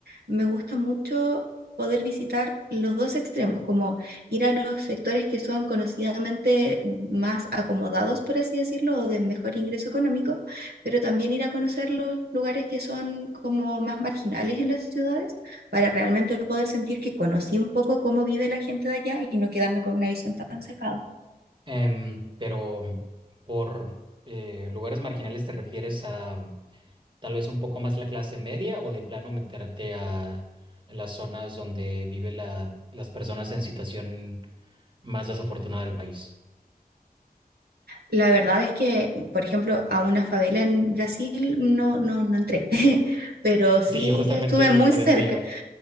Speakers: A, on the right; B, on the right.
A: me gusta mucho poder visitar los dos extremos, como ir a los sectores que son conocidamente más acomodados, por así decirlo, o de mejor ingreso económico, pero también ir a conocer los lugares que son como más marginales en las ciudades para realmente poder sentir que conocí un poco cómo vive la gente de allá y no quedarme con una visión tan cerrada.
B: Em, pero mm, por eh, lugares marginales te refieres a mm, tal vez un poco más la clase media o de plano meterte a, a las zonas donde vive la, las personas en situación más desafortunada del país. <laughs>
A: La verdad es que, por ejemplo, a una favela en Brasil no, no, no entré, <laughs> pero sí
B: Sí, justamente
A: estuve muy
B: por
A: cerca.
B: eso iba.